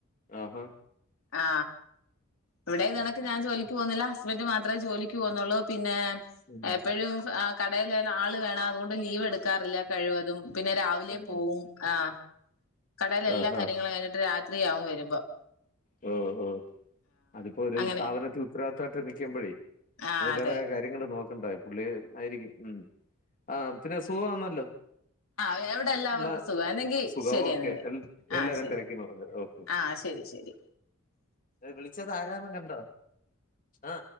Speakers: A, on the left (about 40°); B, on the left (about 85°).
A: ആ ഹ
B: ആ എവിടെ <unintelligible> ഞാൻ ജോലിക് ക്ക് പോന്നില്ല ഹസ്ബന്റ് മാത്രേ ജോലിക്ക് പോന്നൊള്ളൂ പിന്നെ
A: ഉം
B: എപ്പഴും ആ കടേല് ആള് വേണം അതുകൊണ്ട് ലീവ് എടുക്കാറില്ല കഴിവതും പിന്നെ രാവിലെ
A: ഉം.
B: പോവും ആ കടേലെ എല്ലാ
A: ആഹാ
B: കാര്യങ്ങളും കഴിഞ്ഞിട്ട് രാത് ത്രിയാകും വരുമ്പം
A: മ് മ് അതിപ്പൊ ഒരു
B: അങ്ങനെ
A: സ്ഥാപനത്തി ഉത്തരവാദിത്തായിട്ട് നിക്കുമ്പഴേ
B: ആഹ്
A: അതിന്റേതായ
B: അതെ
A: കാര്യങ്ങൾ നോക് ണ്ടായി പുള്ളി ആയിരിക്കും ഉം ആ പിന്നെ സുഖമാന്നല്ലോ
B: ആ എവിടെ എല്ലാവർക്കും
A: എന്നാ
B: സുഖം എന്നിങ്കി
A: സുഖം
B: ശരി
A: ഓക്കെ
B: എന്നിങ്കി ആ
A: എല്ലാരും
B: ശെരി
A: തിരക്കിന്ന് പറഞ്ഞല്ലോ ഓക്കെ
B: ആ ശെരി ശെരി
A: ഏ വിളിച്ചത് ആരാന്ന കണ്ടോ ആ